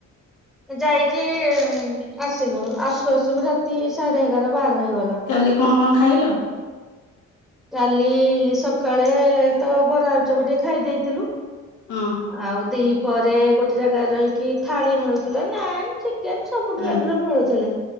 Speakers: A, in the centre; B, on the left.
A: ଯାଇକି ଆସିଲୁ ଆସୁ ଆସୁ ବି ରାତି ସାଢେ ଏଗାର ବାର ହେଇଗଲା।
B: କାଲି କଣ କଣ ଖାଇଲ?
A: କାଲି ସକାଳେ ତ ବରା ଆଳୁଚପ ଟିକେ ଖାଇ ଦେଇଥିଲୁ।
B: ହଁ।
A: ଆଉ ଦିି ପହରେ ଗୋଟେ ଜାଗାରେ ରହିକି ଥାଳି ମିଳୁଥିଲା ନାନ ଚି ଟିଏମ ସବୁ
B: ହୁଁ
A: ଟାଇପର ମିଳୁଥିଲା,